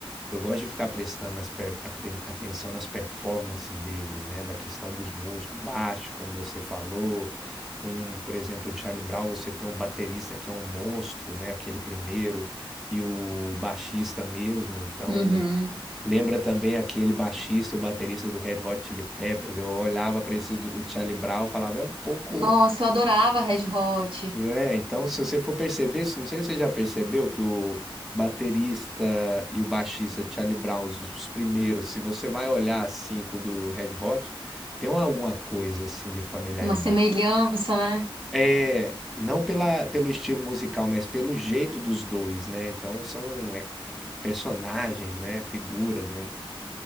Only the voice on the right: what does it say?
Uhum.
Nossa, eu adorava Red Hot.
Uma semelhança, né?